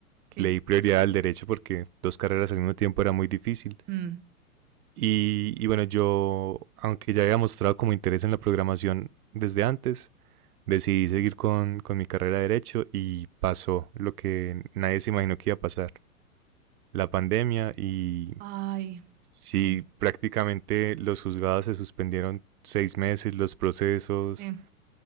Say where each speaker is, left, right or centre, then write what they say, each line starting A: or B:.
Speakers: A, on the right (about 20°); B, on the right (about 80°).
A: Sí.
B: le di prioridad al derecho porque dos carreras al mismo tiempo era muy difícil.
A: Mm.
B: Y, y bueno, yo, aunque ya había mostrado como interés en la programación desde antes, decidí seguir con, con mi carrera de derecho y pasó lo que nadie se imaginó que iba a pasar, la pandemia y
A: Ay,
B: sí,
A: sí,
B: prácticamente los juzgados se suspendieron seis meses, los procesos,
A: sí,